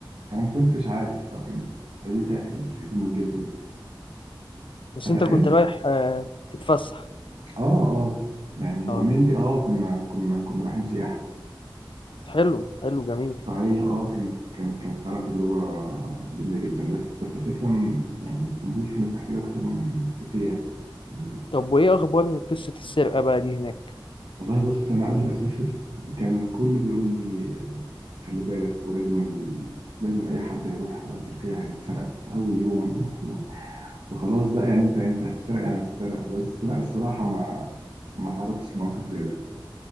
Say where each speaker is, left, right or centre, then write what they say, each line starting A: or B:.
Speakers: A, on the right; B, on the left.
A: فانا ما كنتش عارف فكان قالوا لي تقل هدومك جدا
B: بس
A: فتقلت
B: أنت كنت رايح آه، تتفسح
A: اه اه يعني
B: أه
A: هو mainly اه كنا كنا كنا رايحين سياحه
B: حلو حلو جميل
A: فهي اه كانت كانت كانت فعلا تجربه جميله جدا بس بس الفكره إن يعني اسطنبول كانت محتاجه اكتر من من ست ايام يعني
B: طب وإيه أخبار قصة السرقة بقى دي هناك؟
A: والله بص انا قبل ما اسافر كان كله بيقول لي خلي بالك ولازم ال... لازم اي حد هيروح تركيا هيتسرق في اول يوم <laughs> وخلاص بقى يعني انت انت هتتسرق يعني هتتسرق بس لا الصراحه ما ما تعرضتش لمواقف زي ده